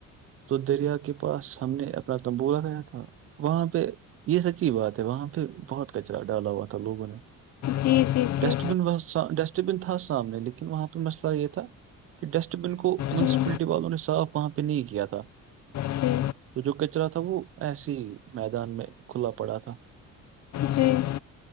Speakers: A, on the right; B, on the left.
A: تو دریا کے پاس ہم نے اپنا تمبو لگایا تھا وہاں پہ یہ سچی بات ہے وہاں پہ بہت کچرا ڈالا ہوا تھا لوگوں نے
B: جی جی جی
A: ڈسٹبن وہ ڈسٹ بن تھا سامنے لیکن وہاں پہ مسئلہ یہ تھا کہ ڈسٹ بن کو میونسپلٹی
B: جی
A: والوں نے صاف وہاں پہ نہیں کیا تھا
B: جی
A: تو جو کچرا تھا وہ ایسے ہی میدان میں کھلا پڑا تھا
B: جیھ